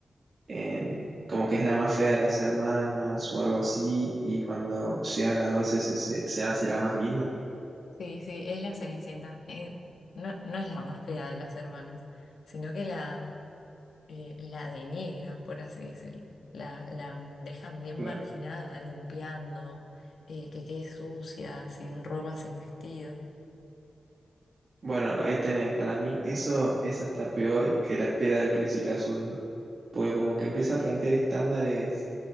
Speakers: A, on the right; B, on the left.
A: en, como que es la más fea de las hermanas o algo así, y cuando llega a las 12 se, se se hace la más linda.
B: Sí, sí, es la Cenicienta. Eh, no, no es la más fea de las hermanas, sino que la, eh, la denigran, por así decirlo. La, la dejan bien
A: Claro.
B: marginada, limpiando, eh, que quede sucia, sin ropa, sin vestido.
A: Bueno, ahí tenés, para mí eso es hasta peor que la espera del príncipe azul, ¿no? Porque como que empieza a plantear estándares